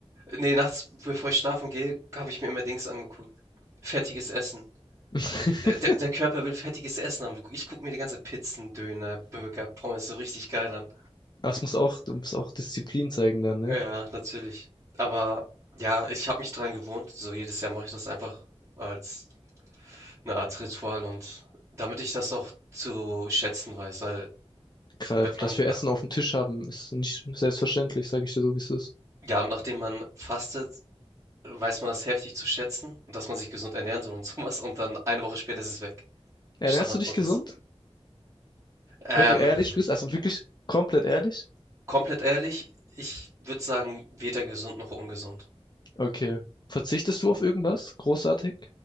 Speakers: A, on the right; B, on the left.
A: nee, nachts bevor ich schlafen gehe, habe ich mir immer Dings angeguckt. Fertiges Essen.
B: <laughs>
A: Äh, der der Körper will fettiges Essen haben. ich gucke mir die ganze Pizzen, Döner, Burger, Pommes so richtig geil an.
B: Aber es muss auch, du musst auch Disziplin zeigen dann, ne?
A: Ja, natürlich. Aber ja, ich habe mich dran gewohnt. So jedes Jahr mache ich das einfach als eine Art Ritual und damit ich das auch zu schätzen weiß, weil
B: Gra-
A: wenn man
B: Dass wir
A: nach,
B: Essen auf dem Tisch haben, ist nicht selbstverständlich, sage ich dir so, wie es ist.
A: ja, nachdem man fastet, weiß man das heftig zu schätzen und dass man sich gesund ernähren soll und <laughs> sowas und dann eine Woche später ist es weg.
B: Ernährst
A: Standardmodus.
B: du dich gesund?
A: Ähm,
B: Wenn du ehrlich bist, also wirklich komplett ehrlich?
A: komplett ehrlich, ich würde sagen, weder gesund noch ungesund.
B: Okay. Verzichtest du auf irgendwas? Großartig?